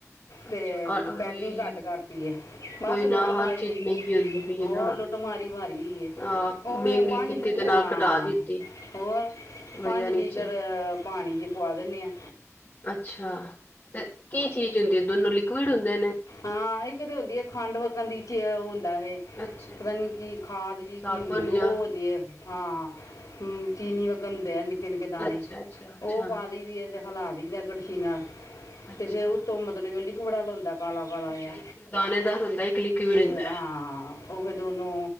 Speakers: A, on the left; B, on the left.
A: ਤੇ
B: ਅੱਛਾ
A: ਪੈਕਿੰਗ
B: ਵੀ
A: ਘੱਟ ਕਰਤੀ ਹੈ ਬਸ
B: ਉਹੀ
A: ਲੁੱਟ
B: ਨਾ
A: ਮਾਰੀਏ
B: ਹਰ ਚੀਜ਼ ਮਹਿੰਗੀ ਹੁੰਦੀ ਪਈ
A: ਹੋ
B: ਹੈ ਨਾ
A: ਲੁੱਟ ਮਾਰੀ ਮਾਰੀਈ
B: ਅਹ
A: ਉਹ
B: ਮਹਿੰਗੀ
A: ਫ ਪੰਜ
B: ਕੀਤੀ ਤੇ ਨਾਲ
A: ਹਾਂ
B: ਕਟਾ ਦਿੱਤੀ
A: ਹੋਰ
B: ਵਜ੍ਹਾ
A: ਪੰਜ ਲੀਟਰ
B: ਨੀਚੇ
A: ਪਾਣੀ 'ਚ ਪਆ ਦਿੰਦੇ ਹਾਂ
B: ਅੱਛਾ ਤੇ ਕੀ ਚੀਜ਼ ਹੁੰਦੀ ਹੈ ਦੋਨੋ ਲਿਕੁਿਡ ਹੁੰਦੇ ਨੇ
A: ਹਾਂ ਇੱਕ ਤਾਂ ਹੁੰਦੀ ਆ ਖੰਡ ਵਕਣ ਦੀ ਚ ਉਹ ਹੁੰਦਾ ਵ
B: ਅੱਛਾ ਅੱਛਾ
A: ਪਤਾ ਨੀ ਕੀ ਖਾਦ ਜਿਹੀ
B: ਸਾਬਣ
A: ਕੀ ਹੁੰਦੀ ਉਹ
B: ਜਾਂ
A: ਹਦੀ ਹੈ ਹਾਂ ਹਮ ਚੀਨੀ ਵ ਘ ਹੁੰਦੇ ਆ ਨਿੱਕੇ ਨਿੱਕੇ ਦਾਣੇ
B: ਅੱਛਾ ਅੱਛਾ ਅੱਛਾ
A: ਉਹ ਪਾ ਦਦੀ ਹੈ ਅਤੇ ਹਿਲਾ ਦਦੇ ਕੜਛੀ ਨਾਲ
B: ਅੱਛਾ
A: ਤੇ ਫੇਰ ਉਹਤੋਂ ਮਤਲਬ ਕਿ ਲਿਕਵੜਾ ਲਾਉਦਾ ਕਾਲਾ ਕਾਲਾ
B: ਅੱਛਾ
A: ਜ
B: ਇੱਕ ਦਾਣੇਦਾਰ ਹੁੰਦਾ ਇੱਕ ਲਿਕੁਿਡ ਹੁੰਦਾ
A: ਹਾਂ ਉਹ ਵੀ ਦੋਨੋ